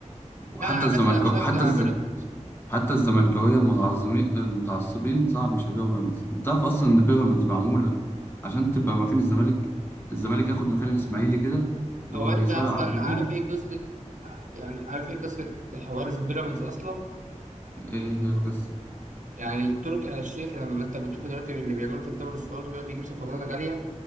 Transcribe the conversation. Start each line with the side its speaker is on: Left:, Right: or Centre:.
Left: وحتى
Right: لا على
Left: الزملكاوية
Right: نفسي هشجع
Left: حتى الزملكاوية
Right: بيراميدز
Left: حتى الزملكاويه المتعصبين المتعصبين صعب يشجعوا بيراميدز انت عارف اصلا
Right: أمم.
Left: ان بيراميدز معموله عشان تبقى مكان الزمالك الزمالك ياخد مكان الاسماعيلي كده اللي
Right: هو
Left: هو
Right: انت
Left: بيصارع
Right: اصلا
Left: على الهبوط
Right: عارف ايه قصه يعني عارف ايه قصه حوار بيراميدز اصلا
Left: ايه هي القصه
Right: يعني تركي آل الشيخ لما انت بتشوف دلوقتي اللي بيعمله في الدوري السعودي دلوقتي يجيب صفقات غاليه